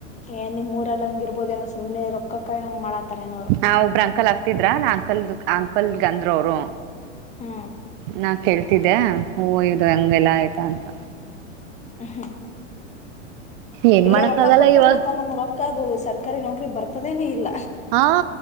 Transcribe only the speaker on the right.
ಆ ಒಬ್ರು ಅಂಕಲ್ ಆಗ್ತಿದ್ರ ನಾ ಅಂಕಲ್ ಅಂಕಲ್ ಅಂದ್ರ ಅವ್ರು
ನಾ ಕೇಳ್ತಿದ್ದೆ ಹೂ ಇದು ಹೆಂಗೆಲ್ಲ ಆಯ್ತಾ ಅಂತ
ಏನ್
ಮಾಡಕ್
ಆಗಲ್ಲ
ಇವಾಗ
ಹಾ